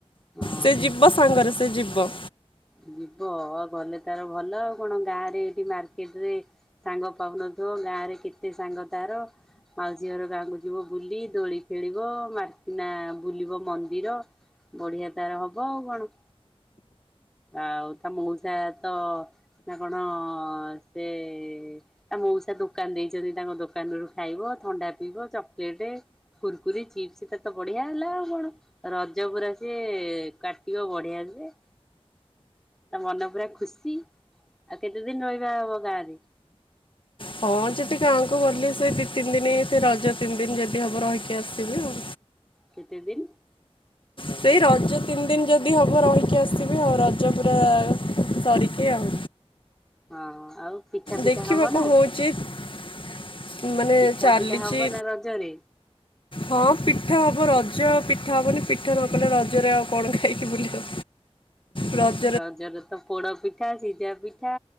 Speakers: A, in the centre; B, on the left.
A: ହଁ।
B: ସେ ଯିବ ସାଙ୍ଗରେ ସେ ଯିବ।
A: ଯିବ ଆଉ ଗଲେ ତାର ଭଲ ଆଉ କଣ। ଗାଁ ରେ ଏଠି ମାର୍କେଟ ରେ ସାଙ୍ଗ ପାଉନଥିବ, ଗାଁ ରେ କେତେ ସାଙ୍ଗ ତାର। ମାଉସୀ ଘର ଗାଁକୁ ଯିବ ବୁଲି। ଦୋଳି ଖେଳିବ। <unintelligible> ବୁଲିବ ମନ୍ଦିର। ବଢିଆ ତାର ହବ ଆଉ କଣ। ଆଉ ତା ମଉସା ତ ନା କଣ ସେ ତା ମଉସା ଦୋକାନ ଦେଇଛନ୍ତି ତାଙ୍କ ଦୋକାନ ରୁ ଖାଇବ ଥଣ୍ଡା ପିଇବ ଚକଲେଟେ କୁୁରକୁରି, ଚିପ୍ସ ତାର ତ ବଢିଆ ହେଲା ଆଉ କଣ। ରଜ ପୁରା ସିଏ କାଟିବ ବଢିଆ ସେ। ତା ମନ ପୁରା ଖୁସି। ଆଉ କେତେ ଦିନ୍ ରହିବା ହବ ଗାଁରେ?
B: ହଁ ଯଦି ଗାଁକୁ ଗଲି ସେ ଦିଇ ତିନି ଦିନି ସେ ରଜ ତିନି ଦିନ ଯଦି ହବ ରହିକି ଆସିବି ଆଉ।
A: କେତେ ଦିନ୍?
B: ସେଇ ରଜ ତିନି ଦିନି ଯଦି ହବ ରହିକି ଆସିବି ଆଉ। ରଜ ପୁରା ସରିକି ଆଉ।
A: ହଁ। ଆଉ ପିଠା ଫିଠା
B: ଦେଖିବା
A: ହବ ନା?
B: <unintelligible> ମାନେ
A: ପିଠା
B: ଚାଲିଚି
A: ପିଠା ହବ ନା ରଜରେ
B: ହଁ ପିଠା ହବ। ରଜ ଆଉ ପିଠା ହବନି, ପିଠା ନ କଲେ ରଜରେ ଆଉ କଣ ଖାଇକି ବୁଲିବ। ର
A: ରଜରେ ତ ପୋଡ଼ପିଠା, ସିଝାପିଠା